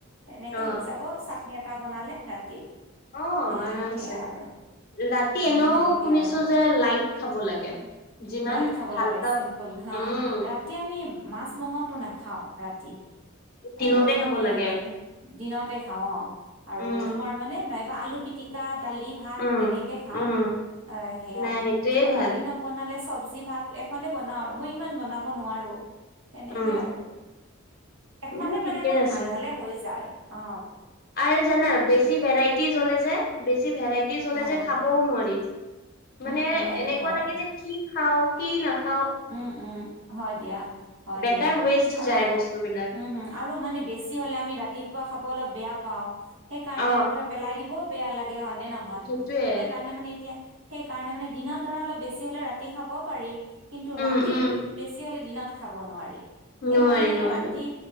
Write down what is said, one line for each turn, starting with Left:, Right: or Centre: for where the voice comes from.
Right: সেনেকে
Left: অ
Right: হৈ যাব চাটনি এটা বনালে ৰাতি।
Left: অ
Right: এ
Left: আৰামছে,
Right: সেয়া আৰু
Left: ৰাতি
Right: উম
Left: এনেও
Right: সেনেকে
Left: শুনিছো
Right: আৰু
Left: যে লাইট খাব লাগে। যিমান
Right: লাইট খাব
Left: হালকা
Right: লাগে চিম্পুল হা
Left: উম
Right: ৰাতি আমি মাছ মঙহটো নাখাও ৰাতি।
Left: দিনতে
Right: ৰাতি
Left: খাব
Right: আমি
Left: লাগে।
Right: সেনেকে দিনতে খাওঁ আও, আৰু
Left: উম।
Right: তোমাৰ মানে নাই বা আলু পিটিকা দালি ভাত
Left: উম
Right: তেনেকে খাওঁ
Left: উম
Right: অ সেয়া,
Left: নাই সেইটোয়ে
Right: আৰু
Left: ভাল
Right: দালি নালে চব জি ভাত এখনে বনাওঁ আৰু মই ইমান বনাব নোৱাৰো, তেনেকে
Left: উম
Right: আৰু। এখনে
Left: এ ঠিকে
Right: মানে মোৰ
Left: আছে।
Right: ভাল হলে হৈ যায় অ।
Left: আৰু জানা বেছি ভেৰাইটি জ্বলে যে বেছি ভেৰাইটি জ্বলে
Right: অঁ
Left: যে খাবও নোৱাৰি? মানে
Right: উম উম সেইটো
Left: এনেকুৱা
Right: হয়
Left: লাগে যে কি খাও কি নাখা
Right: উম উম হয় দিয়া হয়
Left: বেকাৰ
Right: দিয়া,
Left: ৱেষ্ট
Right: আৰু
Left: যায় বস্তুবিলাক
Right: উম হুম আৰু মানে বেছি হ'লে আমি ৰাতিপুৱা খাব অলপ বেয়া পাও, সেইকাৰণে
Left: অ'।
Right: আৰু ধ পেলাই দিবও বেয়া লাগে হয় নে নহয়?
Left: সেইটোয়ে
Right: সেইকাৰণে মানে এতিয়া সেই কাৰণে মানে দিনত ধৰা অলপ বেছি হলে ৰাতি খাবও পাৰি। কিন্তু
Left: উম,
Right: ৰাতিৰ
Left: উম,
Right: বেছি হলে দিনত খাব নোৱাৰি, সেইকাৰণে
Left: নোৱাৰি
Right: মানে
Left: নোৱাৰি।
Right: ৰাতি